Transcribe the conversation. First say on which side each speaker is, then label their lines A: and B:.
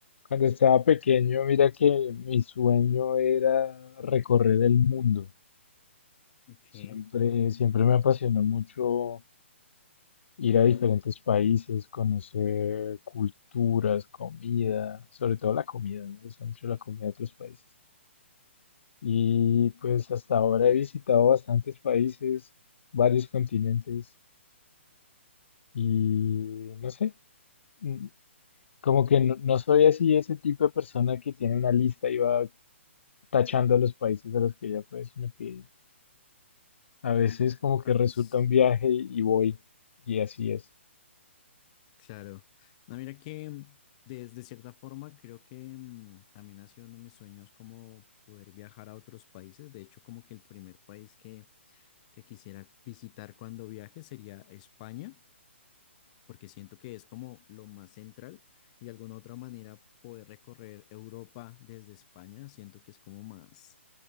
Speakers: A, on the left; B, on the left.
A: Cuando estaba pequeño, mira que mi sueño era recorrer el mundo.
B: Ok.
A: Siempre, siempre me apasionó mucho ir a diferentes países, conocer culturas, comida, sobre todo la comida. Me gusta mucho la comida de otros países. Y pues hasta ahora he visitado bastantes países, varios continentes y no sé, mm, como que no, no soy así ese tipo de persona que tiene una lista y va tachando los países a los que ya fue, sino que A veces como que
B: A
A: resulta
B: los,
A: un viaje y voy y así es.
B: claro. No, mira que mm, de de cierta forma creo que mm, también ha sido uno de mis sueños como poder viajar a otros países. De hecho, como que el primer país que, que quisiera visitar cuando viaje sería España, porque siento que es como lo más central y de alguna otra manera poder recorrer Europa desde España, siento que es como más,